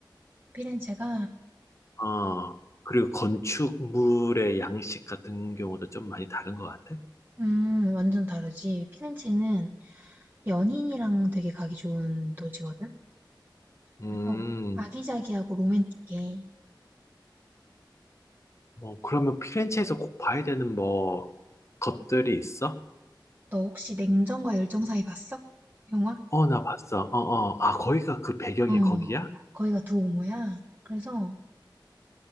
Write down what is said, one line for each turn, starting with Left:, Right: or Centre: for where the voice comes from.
Right: 피렌체가
Left: 어, 그리고 건축물의 양식 같은 경우도 좀 많이 다른 것 같아?
Right: 음, 완전 다르지. 피렌체는 연인이랑 되게 가기 좋은 도시거든?
Left: 음.
Right: 그래서 아기자기하고 로맨틱해.
Left: 뭐, 그러면 피렌체에서 꼭 봐야 되는 뭐, 것들이 있어?
Right: 너 혹시 냉정과 열정 사이 봤어? 영화?
Left: 어, 나 봤어. 어, 어. 아, 거기가 그 배경이
Right: 어,
Left: 거기야?
Right: 거기가 두 오모야. 그래서